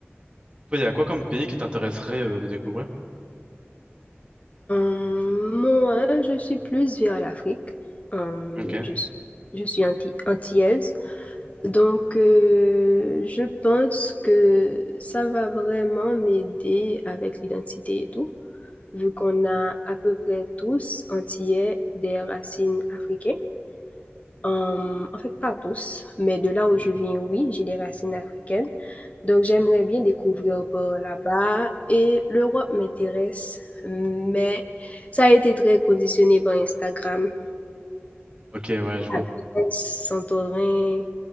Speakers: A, on the right (about 25°); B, on the left (about 30°).
A: Toi, il y a quoi comme pays qui t'intéresserait euh, de découvrir?
B: moi, je suis plus vers l'Afrique. Hem,
A: Ok.
B: je suis je suis anti antillaise. Donc, heu, je pense que ça va vraiment m'aider avec l'identité et tout, vu qu'on a à peu près tous antillais des racines africaines. Hem, en fait, pas tous, mais de là où je viens, oui, j'ai des racines africaines. Donc j'aimerais bien découvrir par là-bas et l'Europe m'intéresse, mais ça a été très conditionné par Instagram.
A: Ok, ouais, je vois.
B: La Grèce, Santorin